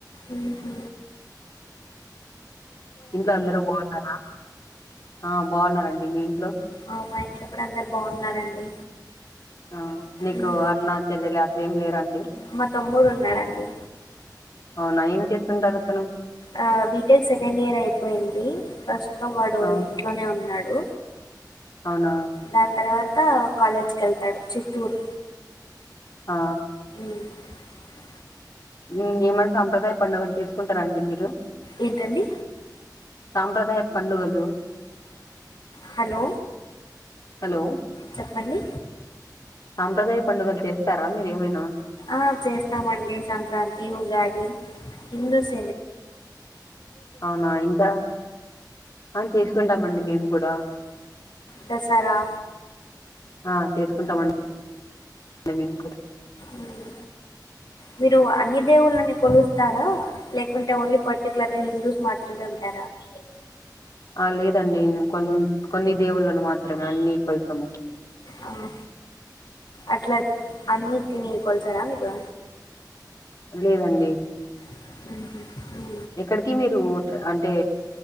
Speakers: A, on the left (about 75°); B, on the left (about 50°).
A: ఉ హు
B: ఇంట్లో అందరు బాగున్నారా ఆ బాగున్నారండి మీ ఇంట్లో.
A: ఆ మా ఇంట్లో కూడా అందరు బాగున్నారండి
B: ఆ నీకు
A: ఉమ్
B: అన్న చెల్లెలి అట్లేమ్ లేరా అండి
A: మా తమ్ముడు ఉన్నాడండి
B: అవునా ఏం చేస్తుంటారు అతను
A: ఆ బిటెక్ సెకండ్ ఇయర్ అయిపోయింది ప్రస్తుతం వాడు
B: ఆ
A: ఇంట్లోనే ఉన్నాడు.
B: అవునా
A: దాన్ తర్వాత కాలేజ్కి వెళ్తాడు చిత్తూరు
B: ఆ
A: <inaudible>
B: ఉ ఏమన్నా సాంప్రదాయ పండుగలు చేసుకుంటారండి మీరు.
A: ఏంటండి
B: సాంప్రదాయ పండుగలు
A: హలో
B: హలో
A: చెప్పండి
B: సాంప్రదాయ పండుగలు చేస్తారా మీరు ఏమైనా
A: ఆ చేస్తామండి సంక్రాంతి ఉగాది హిందూస్
B: అవునా ఇంకా ఆ చేసుకుంటామండి మేము కూడా
A: దసరా
B: ఆ చేసుకుంటామండి మేము కూడా
A: మ్మ్. మీరు అన్ని దేవుళ్ళని కొలుస్తారా లేకుంటే ఓన్లీ పర్టికులర్ గా హిందూస్ మాత్రమే ఉంటార్
B: <inaudible> ఆ లేదండి మేమ్ కొన్ కొన్ని దేవుళ్ళలను మాత్రమే అన్ని కొలసము.
A: ఆహా అట్లా అన్నిటిని కొల్చారా మీరు
B: లేదండి
A: <inaudible>
B: ఎక్కడికి మీరు ట్ర్ అంటే